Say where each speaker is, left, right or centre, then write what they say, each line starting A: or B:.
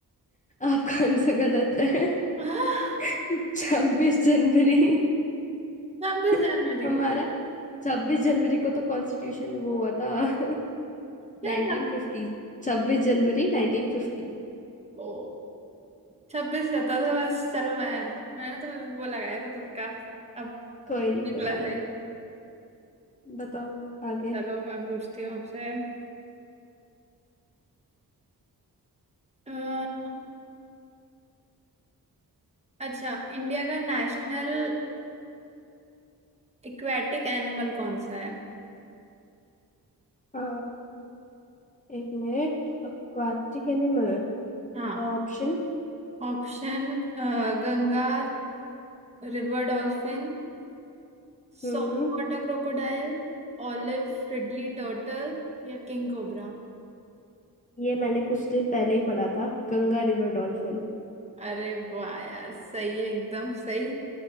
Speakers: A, on the left; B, on the right.
A: आपका आंसर गलत है
B: आह,
A: <laughs> छब्बीस जनवरी
B: छब्बीस
A: <laughs>
B: जनवरी
A: हमारा
B: को
A: छब्बीस जनवरी को तो कॉन्स्टिट्यूशन वो हुआ था <laughs>
B: क्या
A: 1950
B: था
A: छब्बीस जनवरी 1950
B: ओ छब्बीस जाता था बस चलो मैं मैंने तो वो लगाया था तुक्का अब
A: कोई नहीं
B: निकला
A: कोई नहीं
B: सही
A: बताओ आगे
B: चलो मैं पूछती हूँ आपसे अह, अच्छा इंडिया का नेशनल इक्वेटिक एनिमल कौन सा है
A: अ, एक मिनट एक्वाटिक एनिमल
B: हाँ
A: ऑप्शन
B: Option Ganga river dolphin soft
A: हम्म
B: water crocodile olive ridley turtle या किंग कोबरा
A: ये मैंने कुछ दिन पहले ही पढ़ा था गंगा रिवर डॉल्फिन
B: अरे वाह यार सही है एकदम सही